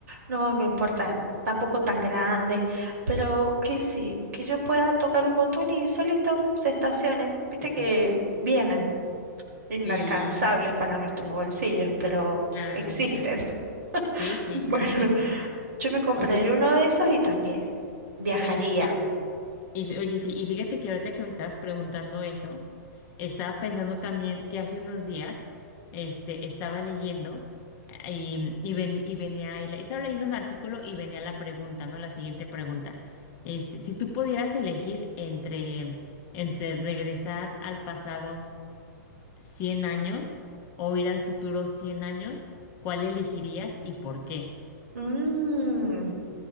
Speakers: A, on the right; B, on the left.
A: no, no importa tampoco tan grande, pero que sí, que yo pueda tocar un botón y solito se estacione. Viste que
B: solito.
A: vienen inalcanzables
B: Sí,
A: para nuestros bolsillos, pero
B: claro,
A: existen.
B: claro.
A: <laughs>
B: Sí, sí,
A: Bueno,
B: claro que sí.
A: yo me compraría
B: Oye,
A: uno de esos y también viajaría.
B: oye, fíjate. Y, fí- oye, fí- y fíjate que ahorita que me estabas preguntando eso, estaba pensando también que hace unos días este, estaba leyendo eh, y, y, ven- y venía ahí la- estaba leyendo un artículo y venía la pregunta, ¿no? La siguiente pregunta. Este, si tú pudieras elegir entre, entre regresar al pasado 100 años o ir al futuro 100 años, ¿cuál elegirías y por qué?
A: Mmm